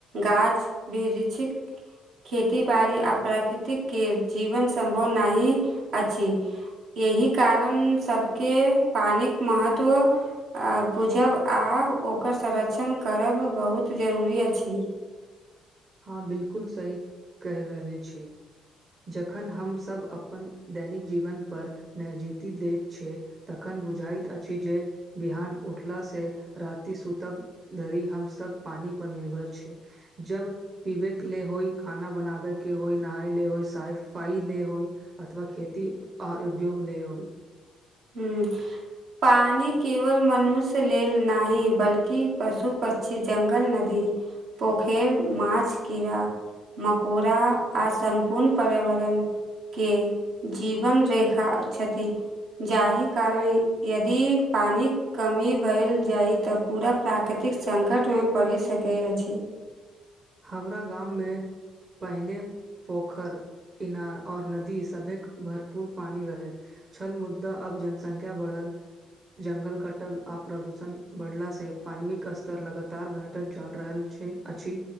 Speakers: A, on the right; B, on the right.
A: गाछ वृक्ष खेती बाड़ी आ प्राकृतिक के जीवन सम्भव नही अछि एहिही कारण सभके पानिक महत्व बुझब आ ओकर संरक्षण करब बहुत जरूरी अछि
B: हँ बिलकुल सही कहि रहले छी जखन हमसभ अपन दैनिक जीवन पर नजीति दैत छै तखन बुझाइत अछि जे बिहान उठला से राति सुूतब धरी हम सब पानी पर निर्भर छै जब पीबे के ले होइ खाना बनाबे के होइ नहााय ले होइ साइफाई ले होइ अथवा खेती उद्योग ले होइ
A: हू पानि केवल मनुष्य लेल न बल्कि पशु पक्षी जंगल नदी पोखर मछ कीड़ा मकोड़ा आर सम्पूर्ण पर्यावरण के जीवन रेखा छथिन जाहि कारण यदि पानि कमी भेल जाइ तऽ पूरा प्राकृतिक सकंटमे पड़ि सकैत अछि
B: हमरा गाममे पहिने पोखरि इनार और नदी सभेक भरपूर पानी रहे छल मुद्दा अब जनसंख्या बढ़ल जंगल कटल आ प्रदूषण बढ़ला से पानविक स्तर लगातार घटैत जल रहल छै अछि